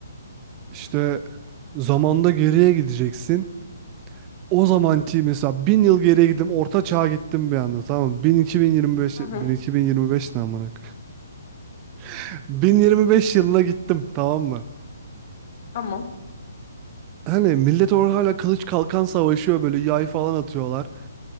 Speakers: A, on the right; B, on the left.
A: işte zamanda geriye gideceksin. O zamanki mesela bin yıl geriye gittim orta çağa gittim bir anda tamam mı? 1000 2025
B: Hı
A: 1000
B: hı.
A: 2025 ne amına koyayım? <laughs> 1025 yılına gittim tamam mı?
B: Tamam.
A: Hani millet orada hala kılıç kalkan savaşıyor böyle yay falan atıyorlar.